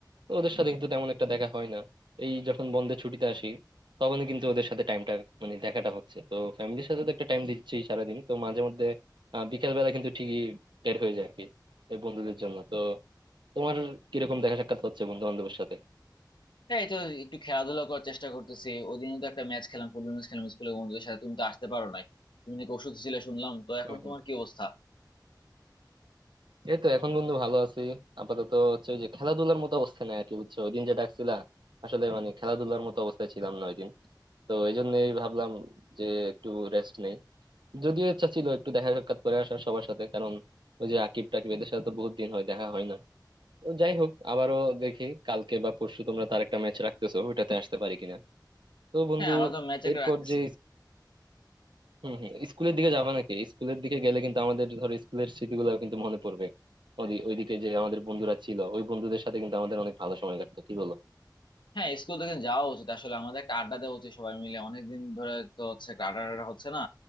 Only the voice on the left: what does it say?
হ্যাঁ, এই তো একটু খেলাধুলা করার চেষ্টা করতেছি ওদিনও তো একটা ম্যাচ খেলাম ফুটবল ম্যাচ খেলাম স্কুলে বন্ধুদের সাথে তুমি তো আসতে পারো নাই তুমি নাকি ওষুধ ছিলে শুনলাম তো এখন
তোমার কি অবস্থা
হ্যাঁ আমরা তো ম্যাচ একটা
রাখতেছি
হ্যাঁ স্কুল থেকে যাওয়া উচিত আসলে আমাদের একটা আড্ডা দেওয়া উচিত সবাই মিলে অনেকদিন ধরে তো হচ্ছে একটা আড্ডা টাড্ডা হচ্ছে না